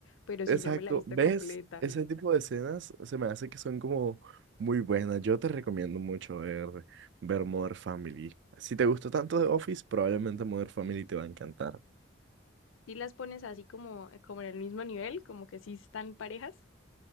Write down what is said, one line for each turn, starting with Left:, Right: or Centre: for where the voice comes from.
Left: pero
Right: Exacto,
Left: si no me la he visto
Right: ¿ves?
Left: completa.
Right: Ese tipo de escenas se me hace que son como muy buenas. Yo te recomiendo mucho ver, ver Modern Family. Si te gustó tanto The Office, probablemente Modern Family te va a encantar.
Left: Si las pones así como, como en el mismo nivel, como que sí están parejas.